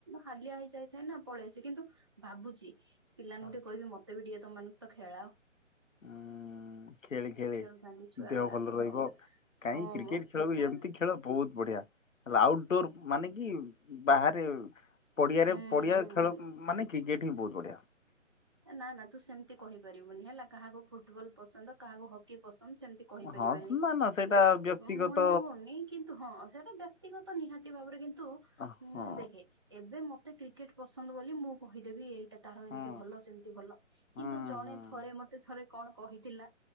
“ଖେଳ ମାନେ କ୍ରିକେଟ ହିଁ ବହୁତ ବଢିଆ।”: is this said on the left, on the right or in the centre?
Left